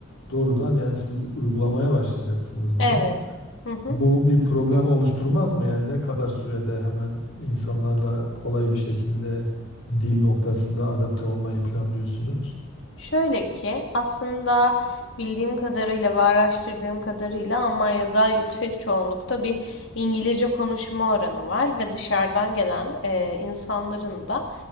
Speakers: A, on the left; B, on the left.
A: doğrudan yani siz uygulamaya başlayacaksınız bunu.
B: Evet. Hı hı.
A: Bu bir problem oluşturmaz mı? Yani ne kadar sürede hemen insanlarla kolay bir şekilde dil noktasında adapte olmayı planlıyorsunuz?
B: Şöyle ki aslında bildiğim kadarıyla ve araştırdığım kadarıyla Almanya'da yüksek çoğunlukta bir İngilizce konuşma oranı var ve dışarıdan gelen eee, insanların da